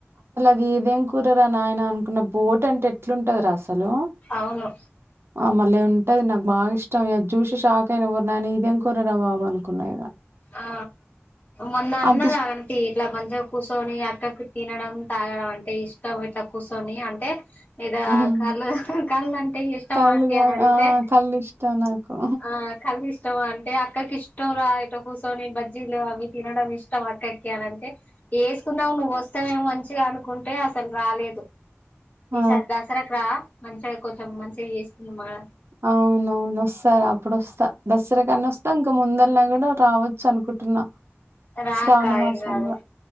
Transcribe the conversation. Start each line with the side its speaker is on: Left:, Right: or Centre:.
Right: ఇది ఏదేం కూరరా నాయన అనుకున్న బోట్ అంటే ఎట్లుంటదిరా అసలు
Left: అవును
Right: ఆ మళ్ళే ఉంటది నాకు బాగా ఇష్టం ఇ చూసి షాక్ అయిన ఓరి నాయన ఇదేం కూరరా బాబు అనుకున్నాయి ఇగ
Left: ఆ మొన్న అన్నది
Right: అంతిష్
Left: అంటి ఇట్లా మంచిగా కూర్చొని అక్కకు తినడం తాగడం అంటే ఇష్టం ఇట్లా కూర్చొని అంటే ఇదా
Right: హ్మ్.
Left: కళ్ళు కళ్ళు అంటే ఇష్టం
Right: కళ్ళు
Left: ఆంటి
Right: తాగ్
Left: అని అడిగితే
Right: ఆ కళ్ళు ఇష్టం నాకు
Left: ఆ కళ్ళు ఇష్ ఇష్టం అంటే అక్కకి ఇష్టం రా ఇట కూర్చొని బజ్జీలు అవి తినడం ఇష్టం అక్కకి అని అంటే ఎసుకుందాం నువ్వోస్తావేమొ మంచిగా అనుకుంటే అసలు రాలేదు
Right: ఆ
Left: ఈ సరి దసరకు రా మంచిగా కొంచెం మంచిగా చేస్తుకుందాం మడ
Right: అవునవును వస్తారా అప్పుడు వస్తా దసరాకి వస్తా ఇంక ముందలై నేను రావచ్చు అనుకుంటున్నా
Left: రా
Right: శ్రావణ
Left: అక్క
Right: మాసంలో
Left: ఏం కాదు